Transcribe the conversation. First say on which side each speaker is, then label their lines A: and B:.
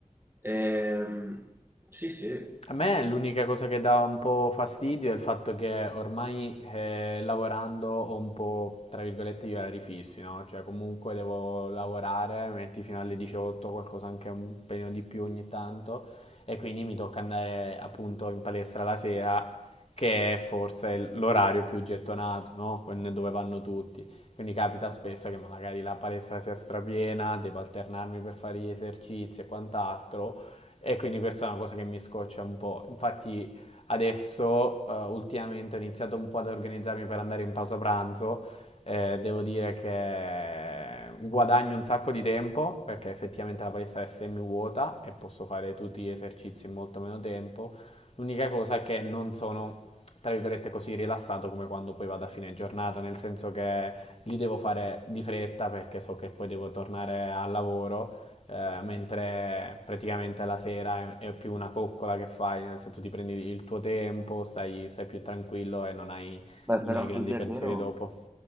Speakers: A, on the right; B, on the left.
A: Ehm, sì, sì.
B: A me l'unica cosa che dà un po' fastidio è il fatto che ormai eh, lavorando ho un po', tra virgolette, gli orari fissi, no? Cioè comunque devo lavorare, metti fino alle 18, qualcosa anche un pelino di più ogni tanto, e quindi mi tocca andare appunto in palestra la sera, che è forse l'orario più gettonato, no? Quel- Dove vanno tutti. Quindi capita spesso che magari la palestra sia strapiena, devo alternarmi per fare gli esercizi e quant'altro. E quindi questa è una cosa che mi scoccia un po'. Infatti adesso eh, ultimamente ho iniziato un po' ad organizzarmi per andare in pausa pranzo. Eh, devo dire che guadagno un sacco di tempo perché effettivamente la palestra è semi vuota e posso fare tutti gli esercizi in molto meno tempo L'unica cosa è che non sono, tra virgolette, così rilassato come quando poi vado a fine giornata, nel senso che li devo fare di fretta perché so che poi devo tornare al lavoro, eh, mentre praticamente la sera è, è più una coccola che fai, nel senso ti prendi il tuo tempo, stai, stai più tranquillo e non hai
A: Beh,
B: non
A: però
B: hai grandi
A: così
B: pensieri
A: almeno,
B: dopo.